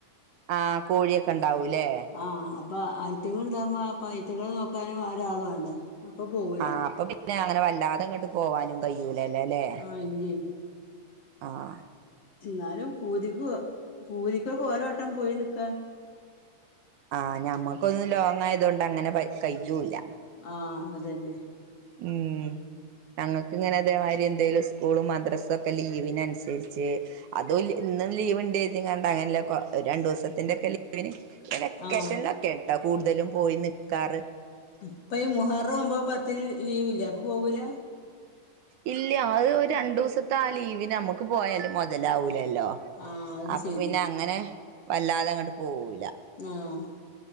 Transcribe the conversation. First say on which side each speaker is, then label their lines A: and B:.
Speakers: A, on the right; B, on the left.
A: ആഹ കോഴിയൊക്കെ ഇണ്ടാവൂലേ
B: ആഹ് അപ്പൊ ഐത്തങ്ങൾ ഉണ്ടാവകുമ്പോ അപ്പൊ ഐത്തങ്ങള്ൾ നോക്കാനും ഒരാള വേണ്ട അപ്പൊ പോവൂല
A: ആഹ് അപ്പൊ പിന്നെ അങ്ങനെ വല്ലാതെ അങ്ങോട്ട് പോവാനും കഴൂലല്ലേ അല്ലേ
B: ആഹ് ഇല്ലേ
A: ആഹ
B: എന്നാലും പൂതിക്ക് പൂതിക്കൊക്കെ ഓരോ വട്ടം പോയി നക്കാ
A: ആഹ ഞമ്മക്കൊന്നും ലോങ്ങായത കൊണ്ട് അങ്ങനെ കഴ്യൂല്ല
B: ആഹ അതന്നെ
A: ഉം ഞങ്ങൾക്ക് ഇങ്ങനെ അതേമാതിരി എന്തേലും സ്കൂളും മദ്രസും ഒക്കെ ലീവിന്നുസരിച്ച് അതും ഇും ലീവ് ഉണ്ട് കണ്ട അങ്ങന രണ്ടു ദിവസത്തിന്റെ ഒക്കെ ലീവിന് വെക്കേഷനൊക്കെ
B: ആഹ്
A: കേട്ടോ കൂടുതലും പോയി നിക്കാറ്
B: ഇപ്പ ഈ മഹാർ പോവുമ്പോ പത്തിന് ലീവ് ഇല്ല അപ്പൊ പോവൂല
A: ഇല്ല അത് ഒരു രണ്ടു ദിവസത്തെ ലീവിന് നമുക്ക് പോയാലും മുതലാവൂല ല്ലോ
B: ആഹ് അത്
A: അപ്പൊ
B: ശരി
A: പിന്നെ അങ്ങനെ വല്ലാതെ അങ്ങോട്ട് പോവയി
B: ആഹ